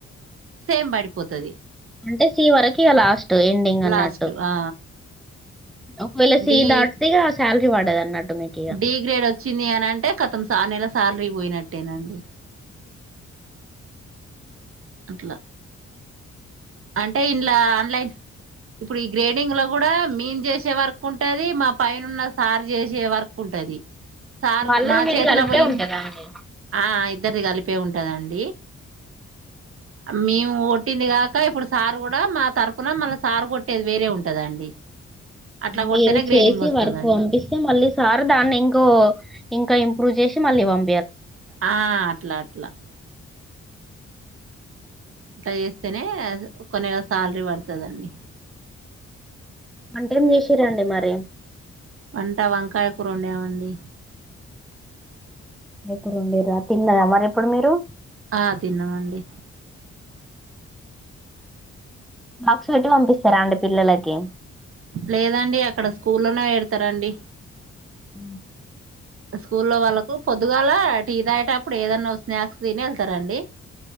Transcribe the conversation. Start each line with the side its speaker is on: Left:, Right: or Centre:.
Right: సేమ్ పడిపోతుది
Centre: అంటే సి వరకు లాస్ట్ ఎండింగ్ అన్నట్టు
Right: లాస్ట్ ఆ
Centre: ఒకవేళ సీ
Right: డి
Centre: దాటితేగా శాలరీ పడదు అన్నట్టు మీకు ఇక
Right: డి గ్రేడ్ వచ్చింది అని అంటే కతం నెల శాలరీ పోయినట్టేనండి అట్లా అంటే ఇంలా ఆన్లైన్ ఇప్పుడు ఈ గ్రేడింగ్ లో కూడా మీేన్ చేసే వర్క్ ఉంటది మా పైనన్న సార్ చేసే వర్క్ ఉంటది సారు
Centre: వాళ్ళది
Right: మా
Centre: మీది
Right: చేతిలో
Centre: కలిపే
Right: పోయింది
Centre: ఉంటుందండి
Right: ఆ ఇద్దరిది కలిపి ే ఉంటదండి మేము కొట్టిందిగా ఇంకా ఇప్పుడు సారు కూడా మా తరపున మళ్ళీ సారు కొట్టేది వేరే ఉంటదండి అట్లా కొడితేనే
Centre: మీరు
Right: గ్రేడింగ్
Centre: చేసి
Right: వస్తదండి
Centre: వర్కు పంపిస్తే మళ్ళీ సార్ దాన్ని ఇంకో ఇంకా ప్రప్పుూవ చేసి మళ్ీవాం
Right: ఆ అట్లా అట్లా ఇట్లా చేస్తేనే కొ నెల శాలరీ పడుతుందండి
Centre: వంట ఎం చేసిరండి మరి
Right: వంట వంకాయ కూర ఉండేమండి
Centre: గ్రు ఉండడిరు తిన్నారా మరి ఎప్పుడు మీరు
Right: ఆ తిన్నవండి
Centre: బాక్స్ పెట్టి పంపిస్తారా ఆండి పిల్లలకి
Right: లేదండి అక్కడ స్కూల్లోన ఏడతారండి
Centre: ఆ
Right: స్కూ లో వాళ్ళకు పొద్దుగాల టీ తాయేటప్పుడు ఏదన్నా స్నాక్స్ తిని వెళ్తారండి